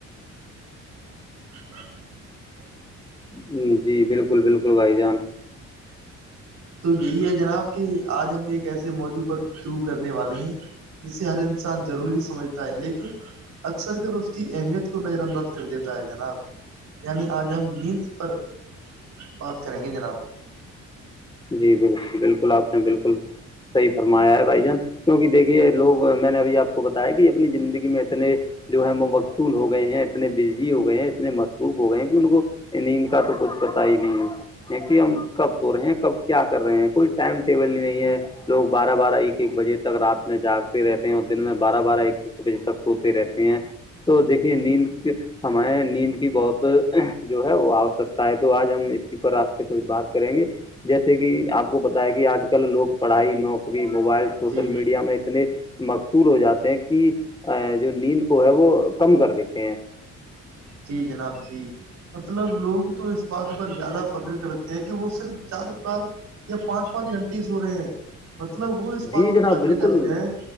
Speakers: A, on the right (about 60°); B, on the left (about 15°).
A: <inaudible>
B: ہوں جی بالکل بالکل بھائی جان
A: تو یہی ہے جناب کہ آج ہم ایک ایسے موضوع پر گفتگو کرنے والے ہیں جسے ہر انسان ضروری سمجھتا ہے لیکن اکثر کر اس کی اہمیت کو نظر انداز کر دیتا ہے جناب یعنی آج ہم نیند پر بات کریں گے جناب
B: جی بالکل بالکل آپ نے بالکل صحیح فرمایا ہے بھائی جان کیوںکہ دیکھیے لوگ میں نے ابھی آپ کو بتایا کہ اپنی زندگی میں اتنے جو ہے وہ مقصول ہو گئے ہیں اتنے بججی ہو گئے ہیں اتنے مصروف ہو گئے ہیں کہ ان کو نیند کا تو کچھ پتا ہی نہیں ہے کہ ہم کب سو رہے ہیں کب کیا کر رہے ہیں کوئی ٹائم ٹیبل ہی نہیں ہے لوگ بارہ بارہ ایک ایک بجے تک رات میں جاگتے رہتے ہیں اور دن میں بارہ بارہ ایک ایک بجے تک سوتے رہتے ہیں تو دیکھیے نیند ہمیں نیند کی بہت جو ہے وہ آوشکتا ہے تو آج ہم اسی پر آپ سے کچھ بات کریں گے جیسے کہ آپ کو پتا ہے کہ آج کل لوگ پڑھائی نوکری موبائل سوشل
A: جی
B: میڈیا میں اتنے مقصول ہو جاتے ہیں کہ جو نیند کو ہے وہ کم کر دیتے ہیں
A: جی جناب جی مطلب لوگ تو اس بات پر زیادہ فخر کرتے ہیں کہ وہ صرف چار چار یا پانچ پانچ گھنٹے ہی سو رہے ہیں مت الو پاتور
B: جی جناب
A: پکری
B: بالکل
A: کراریں